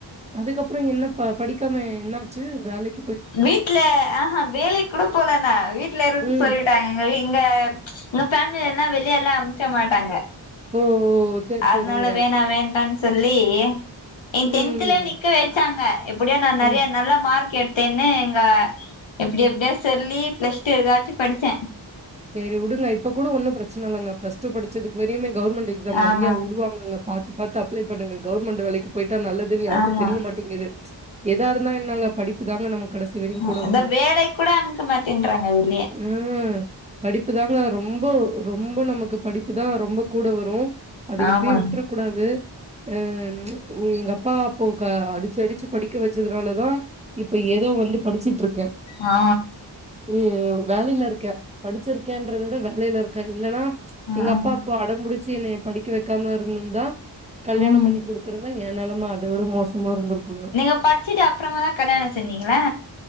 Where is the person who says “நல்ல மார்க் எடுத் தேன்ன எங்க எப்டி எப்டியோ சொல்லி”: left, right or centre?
Left